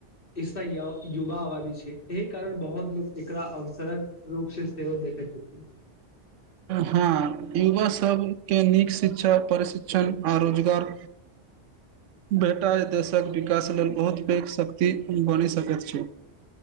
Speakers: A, on the left; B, on the right.
A: हिस्सा य युवा आबादी छै एहि कारण बहुत लोग एकरा अवसरक रूप से सेहो देखे छै
B: हँ युवा सबके नीक शिक्षा प्रशिक्षण आ रोजगार भेटातश क विकास लेल बहुत पैघ शक्ति बनि सकैत छै